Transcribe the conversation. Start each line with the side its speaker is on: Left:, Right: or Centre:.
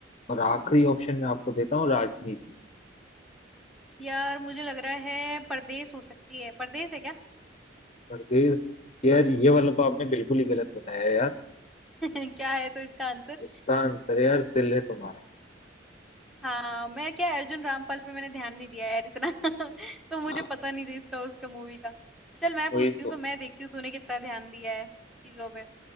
Left: और आखिरी ऑप्शन मैं आपको देता हूँ राजनीति
Centre: यार मुझे लग रहा है परदेश हो सकती है परदेश है क्या
Left: परदेश यार ये वाला तो आपने बिल्कुल ही गलत बताया यार
Centre: <laughs> क्या है तो इसका आंसर
Left: इसका आंसर है यार दिल है तुम्हारा
Centre: हाँ मैं क्या अर्जुन रामपाल पे मैंने ध्यान नहीं दिया यार इतना <laughs> तो मुझे
Left: हाँ
Centre: पता नहीं था इसका उसका मूवी का चल मैं
Left: वही
Centre: पूछती
Left: तो
Centre: हूँ तो मैं देखती हूँ तूने कितना ध्यान दिया है चीजों पे